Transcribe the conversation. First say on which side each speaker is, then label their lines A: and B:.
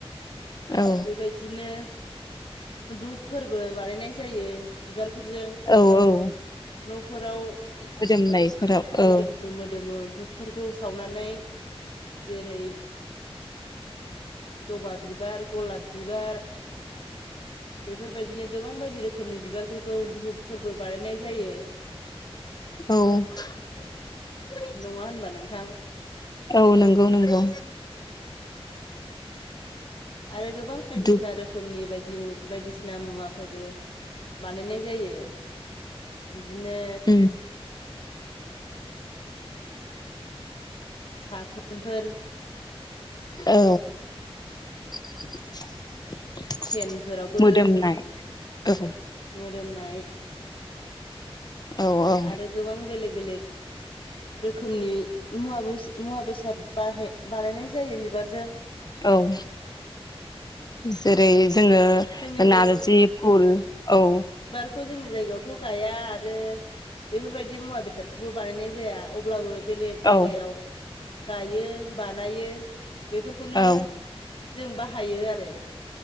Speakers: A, on the left; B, on the left.
A: औ
B: बेबायदिनो दुपफोरबो बानायनाय जायो बिबारफोरजों
A: औ-औ-औ
B: न'फोराव
A: मोदोमनायफोराव
B: मोदोमफ्रु
A: औ
B: मोदोमो धुपफोरखौ सावनानै जेरै जबा बिबार गलाब बिबार बेफोरबायदिनो गोबां बायदि रोखोमनि बिबारफोरखौ धुपफोरबो बानायनाय जायो
A: औ <inaudible>
B: नङा होनबा नोंथां
A: औ नंगौ नंगौ
B: आरो गोबां बायदिसिना
A: दुब
B: रोखोमनि बायदि बायदिसिना मुवाफोरबो बानायनाय जायो बिदिनो
A: उम
B: साबोनफोर
A: औ <inaudible>
B: सेनफोरावबो
A: मोदोमनाय औ
B: मोदोमनाय
A: औ औ
B: आरो गोबां बेलेग बेलेग रोखोमनि मुवा मुवा बेसाद बा बानायनाय जायो बिबारजों
A: औ जेरै जोङो
B: जोंनि
A: नारजि फुल औ
B: बेखौ जोंनि जायगायावथ' गाया आरो बेफोरबायदि मुवा बेसादखौबो बानायनाय जाया अब्लाबो बेलेग जायगायाव
A: औ
B: गायो बानायो बेफोरखौनो
A: औ
B: जों बाहायो आरो